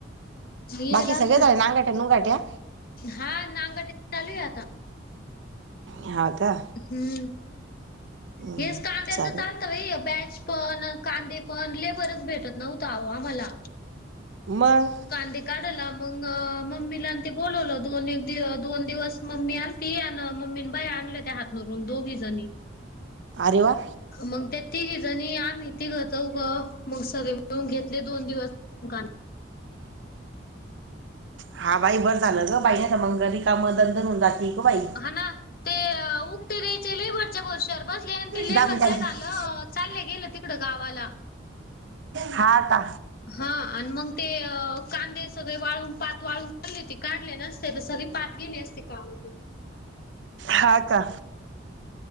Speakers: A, on the left; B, on the right.
A: येल
B: बाकी
A: असलं
B: सगळे झाले नागाट्या नुंगाट्या
A: हा नागाटनी चालू आहे आता
B: हा का
A: हम्म.
B: हम्म
A: हेच कांद्याचं
B: चालेल
A: चालतं बाई बॅच पण कांदे पण लेबरच भेटत नव्हत आहों आम्हाला.
B: मग
A: कांदे काढला. मग मम्मीला आणि ते बोलोवलो दोन एक दोन दिवस मम्मी आलती आण मम्मीन बाया आणलं त्या हात धरून दोघी जणी
B: अरे वा
A: मग ते तिघींजनी आम्ही तीघ चौघ म सगळे मिळून घेतले दोन दिवस कान
B: हा बाई बर झालं ग बाई तर मग रिकाम दणदण होऊन जाते ग बाई
A: हा ना ते उकक्ते घ्यायच्या भरवश्या बसले आणि ते लेबर
B: दाबी दाबी
A: काय झालं चाले गेलं त इकड गावाला
B: हा का
A: हा आणि मग ते कांदे सगळे वाळून पात वाळून झाली ती काढले नसते तर सरी पात गेले असती कामातून
B: हां पत्ता